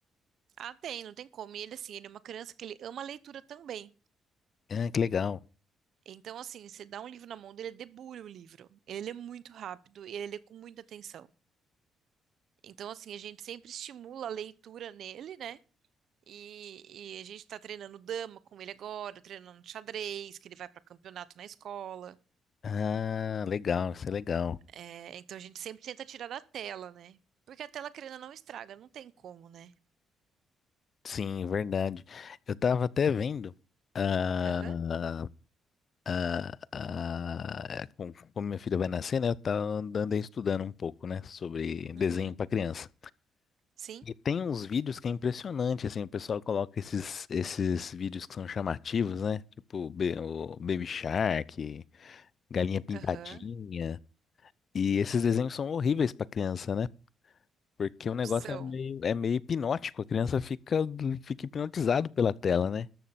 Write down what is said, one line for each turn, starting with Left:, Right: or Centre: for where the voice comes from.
Right: Ah, tem, não tem como. E ele, assim, ele é uma criança que ele ama leitura também.
Left: Ah, que legal.
Right: Então, assim, você dá um livro na mão dele, ele debulha o livro. Ele lê muito rápido e ele lê com muita atenção. Então, assim, a gente sempre estimula a leitura nele, né? E, e a gente tá treinando dama com ele agora, treinando xadrez, que ele vai para campeonato na escola.
Left: Ah, legal, isso é legal.
Right: É, então, a gente sempre tenta tirar da tela, né? Porque a tela, querendo ou não, estraga, não tem como, né?
Left: Sim, verdade. Eu tava até vendo ah,
Right: Aham,
Left: ah, ah, com- como minha filha vai nascer, né? Eu tava andando estudando um pouco, né? Sobre desenho
Right: uhum,
Left: para criança.
Right: sim,
Left: E tem uns vídeos que é impressionante, assim, o pessoal coloca esses, esses vídeos que são chamativos, né? Tipo Be- o Baby Shark, Galinha Pintadinha.
Right: aham.
Left: E esses desenhos são horríveis para criança, né? Porque o negócio
Right: São,
Left: é meio, é meio hipnótico, a criança fica, fica hipnotizado pela tela, né?